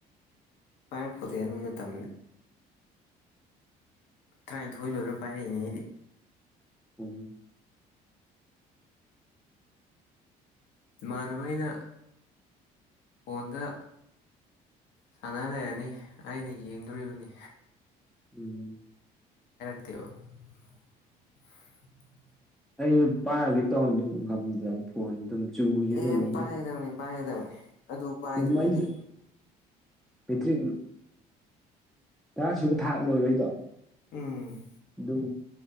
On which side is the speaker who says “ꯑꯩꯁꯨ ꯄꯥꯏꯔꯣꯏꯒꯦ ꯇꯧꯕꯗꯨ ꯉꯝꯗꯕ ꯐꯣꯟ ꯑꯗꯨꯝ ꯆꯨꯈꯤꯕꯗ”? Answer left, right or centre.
Centre